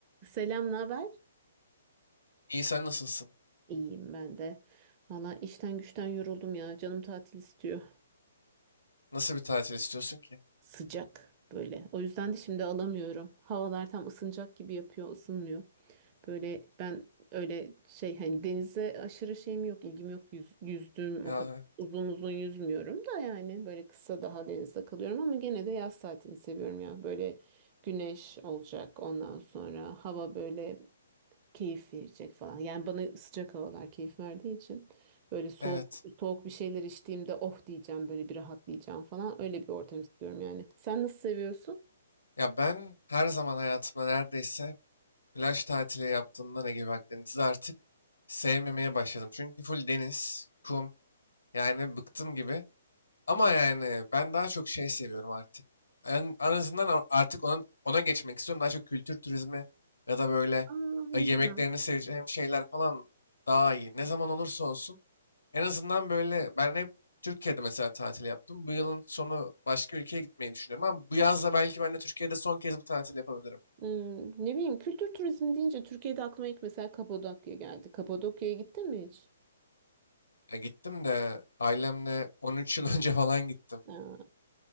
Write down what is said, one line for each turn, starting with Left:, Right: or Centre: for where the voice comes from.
Right: Selam, ne haber?
Left: İyi sen nasılsın?
Right: İyiyim ben de. Valla işten güçten yoruldum ya. Canım tatil istiyor.
Left: Nasıl bir tatil istiyorsun ki?
Right: Sıcak böyle. O yüzden de şimdi alamıyorum. Havalar tam ısınacak gibi yapıyor, ısınmıyor. Böyle ben öyle şey hani denize aşırı şeyim yok, ilgim yok. Yüz, yüzdüğüm
Left: Ya
Right: o kadar uzun uzun yüzmüyorum da yani böyle kısa daha denizde kalıyorum ama gene de yaz tatilini seviyorum ya. Böyle güneş olacak ondan sonra hava böyle keyif verecek falan. Yani bana sıcak havalar keyif verdiği için böyle soğuk
Left: evet.
Right: soğuk bir şeyler içtiğimde oh diyeceğim böyle bir rahatlayacağım falan öyle bir ortam istiyorum yani. Sen nasıl seviyorsun?
Left: Ya ben her zaman hayatımda neredeyse plaj tatili yaptığımda ne gibi Akdeniz'i artık sevmemeye başladım. Çünkü full deniz, kum yani bıktım gibi. Ama yani ben daha çok şey seviyorum artık. En, en azından a- artık ona, ona geçmek istiyorum. Daha çok kültür turizmi ya da böyle
Right: Aa, ne
Left: e, yemeklerini
Right: güzel.
Left: seveceğim şeyler falan daha iyi. Ne zaman olursa olsun. En azından böyle ben hep Türkiye'de mesela tatil yaptım. Bu yılın sonu başka ülkeye gitmeyi düşünüyorum ama bu yaz da belki ben de Türkiye'de son kez bir tatil yapabilirim.
Right: Hmm, ne bileyim kültür turizmi deyince Türkiye'de aklıma ilk mesela Kapadokya geldi. Kapadokya'ya gittin mi hiç?
Left: Ya gittim de ailemle 13 yıl <laughs> önce falan gittim.
Right: Aa,